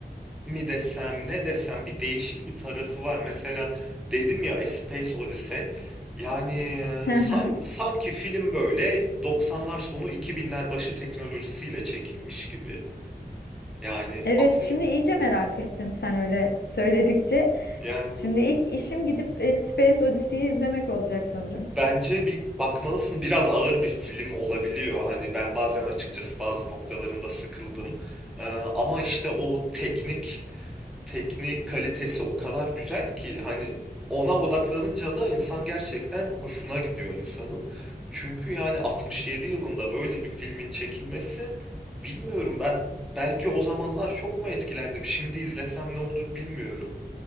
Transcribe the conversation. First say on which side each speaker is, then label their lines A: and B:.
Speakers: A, in the centre; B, on the left.
A: mi desem ne desem bir değişik bir tarafı var. Mesela dedim ya A Space Odyssey. Yani e,
B: <laughs>
A: san- sanki film böyle 90'lar sonu 2000'ler başı teknolojisiyle çekilmiş gibi. Yani
B: Evet,
A: 60
B: şimdi iyice merak ettim sen öyle söyledikçe.
A: yani
B: Şimdi ilk işim gidip e, Space Odyssey'yi izlemek olacak sanırım.
A: bence bir bakmalısın. Biraz ağır bir film olabiliyor. Hani ben bazen açıkçası bazı noktalarında sıkıldım. Ee, ama işte o teknik teknik kalitesi o kadar güzel ki hani ona odaklanınca da insan gerçekten hoşuna gidiyor insanın. Çünkü yani 67 yılında böyle bir filmin çekilmesi bilmiyorum ben belki o zamanlar çok mu etkilendim şimdi izlesem ne olur bilmiyorum.